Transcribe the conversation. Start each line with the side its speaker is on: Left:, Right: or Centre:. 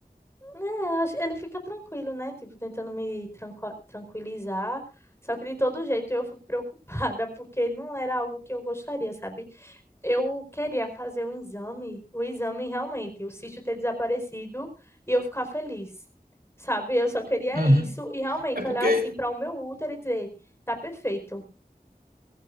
Left: É, acho- ele fica tranquilo, né, tipo, tentando me tranqua- tranquilizar. Só que de todo jeito eu fico preocupada, <laughs> porque não era algo que eu gostaria, sabe? eu queria fazer um exame, o exame realmente, o cisto ter desaparecido e eu ficar feliz. Sabe? Eu só queria
Right: Uhum.
Left: isso e realmente
Right: É porque
Left: olhar assim para o meu útero e dizer, tá perfeito.